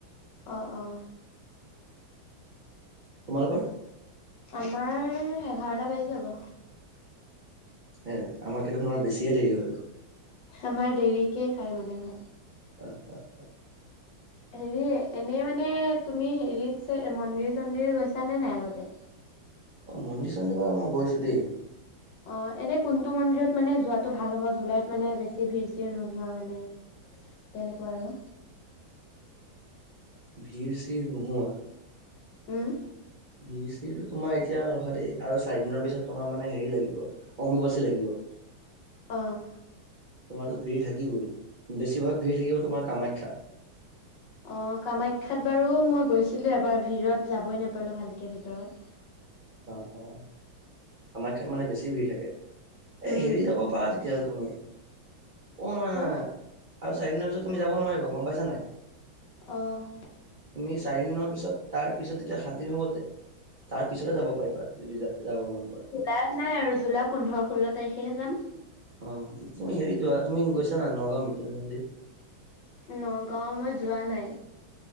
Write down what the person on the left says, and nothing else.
অ' অ'।
আমাৰ এঘাৰটা বাজি যাব।
আমাৰ দেৰিকে খাই মানে ভাত।
হেৰি এনেই মানে তুমি হেৰিত মন্দিৰ চন্দিৰ গৈছানে নাই আগতে?
অ' এনে কোনটো মন্দিৰত মানে যোৱাটো ভাল হ'ব জুলাইত মানে বেছি ভিৰ চিৰ নোহোৱা মানে। তেনেকুৱা আৰু।
উম
অ'।
অঁ কামাখ্যাত বাৰু মই গৈছিলোঁ এবাৰ ভিৰত যাবই নাপালোঁ ভালকৈ ভিতৰত।
উম
ক'ত
অ'।
লাভ নাই আৰু জুলাই পোন্ধৰ ষোল্ল তাৰিখেহে যাম।
নগাঁও মই যোৱা নাই।